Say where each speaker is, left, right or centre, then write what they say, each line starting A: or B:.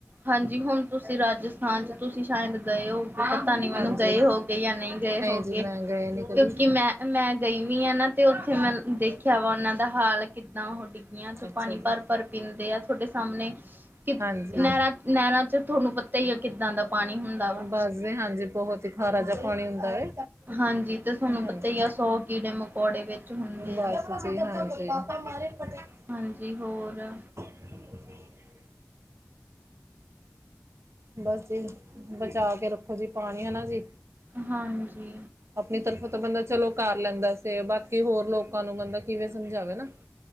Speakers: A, on the right (about 45°); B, on the right (about 70°).
A: ਹਾਂਜੀ ਹੁਣ ਤੁਸੀਂ ਰਾਜਸਥ ਹਾਂਜੀ ਤੁਸੀਂ ਸ਼ਾਇਦ ਗਏ ਹੋਗੇ ਪਤਾ ਨੀ ਮੈਨੂੰ
B: ਹਾਂਜੀ
A: ਗਏ ਹੋਗੇ ਜਾਂ ਨਹੀਂ ਗਏ ਹੋਗੇ।
B: ਜੀ ਮੈਂ ਗਏ ਨੀ ਕਬੀ।
A: ਕਿ ਮੈਂ ਮੈਂ ਗਈ ਵੀ ਆ ਨਾ ਤੇ ਉੱਥੇ ਮੈਂ ਦੇਖਿਆ ਵਾ ਉਹਨਾਂ ਦਾ ਹਾਲ। ਕਿੱਦਾਂ ਉਹ ਡਿੱਗੀਆਂ ਚ
B: ਅੱਛਾ
A: ਪਾਣੀ
B: ਜੀ
A: ਭਰ ਭਰ ਪੀਂਦੇ ਆ ਤੁਹਾਡੇ ਸਾਹਮਣੇ ਕਿ
B: ਹਾਂਜੀ
A: ਨਹਿਰਾਂ ਨਹਿਰਾਂ ਚ ਤੁਹਾਨੂੰ ਪਤਾ ਹੀ ਆ ਕਿੱਦਾਂ ਦਾ ਪਾਣੀ ਹੁੰਦਾ। ਵਾ
B: ਬਸ ਜੀ ਹਾਂਜੀ ਬਹੁਤ ਹੀ ਖਾਰਾ ਜਿਹਾ ਪਾਣੀ ਹੁੰਦਾ ਵੈ।
A: ਹਾਂਜੀ ਤੇ ਤੁਹਾਨੂੰ
B: ਹਾਂਜੀ
A: ਪਤਾ ਹੀ ਆ ਸੌ ਕੀੜੇ ਮਕੌੜੇ ਵਿੱਚ ਹੁੰਦੇ
B: ਬਸ
A: ਆ
B: ਜੀ ਹਾਂਜੀ। <unintelligible>
A: ਹਾਂਜੀ ਹੋਰ,
B: <unintelligible> ਬਸ ਜੀ ਬਚਾ ਕੇ ਰੱਖੋ ਜੀ ਪਾਣੀ ਹਨਾ ਜੀ।
A: ਹਾਂਜੀ,
B: ਆਪਣੀ ਤਰਫੋਂ ਤਾਂ ਬੰਦਾ ਚਲੋ ਕਰ ਲੈਂਦਾ ਸੇਵ ਬਾਕੀ ਹੋਰ ਲੋਕਾਂ ਨੂੰ ਬੰਦਾ ਕਿਵੇਂ ਸਮਝਾਵੇ ਨਾ।